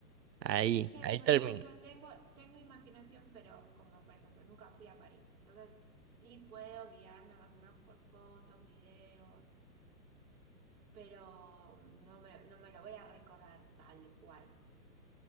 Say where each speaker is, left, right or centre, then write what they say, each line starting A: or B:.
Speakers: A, on the right; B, on the right.
A: Ahí,
B: Es que,
A: ahí
B: por
A: termina.
B: ejemplo, tengo, tengo imaginación, pero como, por ejemplo, nunca fui a París. Entonces, sí puedo guiarme más o menos por fotos, videos pero no me, no me lo voy a recordar tal cual.